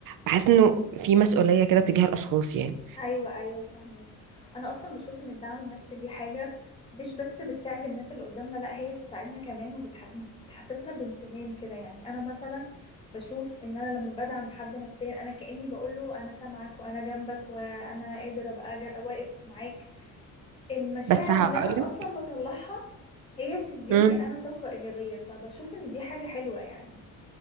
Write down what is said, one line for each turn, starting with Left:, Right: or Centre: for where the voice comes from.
Right: بحس إنه في مسؤولية كده تجاه الأشخاص يعني
Left: ايوه ايوه فهماكي انا اصلا بشوف ان الدعم النفسي دي حاجه مش بس بتساعد الناس اللي قدامنا لا هي بتساعدنا كمان وبتحسسنا بامتنان كده يعني انا مثلا بشوف ان انا لما بدعم حد نفسيا انا كاني بقول له انا سامعك وانا جنبك وانا قادر ابقى جا- واقف معاك المشاعر
Right: بس هقولك
Left: اللي انا اصلا بطلعها هي بتديني
Right: مم.
Left: انا طاقة ايجابية فبشوف ان دي حاجة حلوة يعني